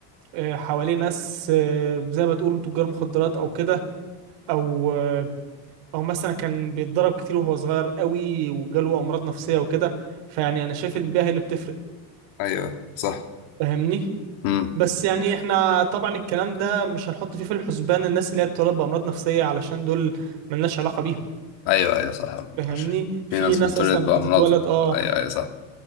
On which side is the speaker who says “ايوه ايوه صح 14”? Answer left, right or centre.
Left